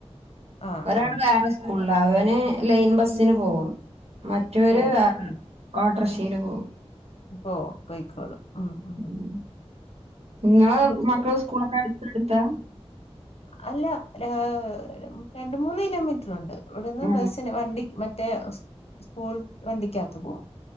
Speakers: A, on the left (about 65°); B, on the right (about 65°).
A: ആഹ്
B: ഒരാള്
A: ആഹ്
B: വേറെ സ് കൂള്ളാ അവന് ലൈൻ ബസ്സിന് പോകും മറ്റോര്
A: പോവും
B: വേറെ
A: ഉം
B: ഓട്ടർക്ഷ ട്ടീന് പോവും
A: പോ പൊയ്ക്കോളൂ ഉമ് ഉമ്
B: ഉം നിങ്ങളെ മക്കളെ സ്കൂളൊക്കെ അടുത്ത അടുത്താ?
A: അല്ല രാഹ് രണ്ട് മൂന്ന് കിലോമീറ്റർ ഉണ്ട് ഇവിടുന്ന്
B: ആ
A: ബസ്സിന് വണ്ടി മറ്റേ സ് സ്കൂൾ വണ്ടിക്കാത്ത് പോകും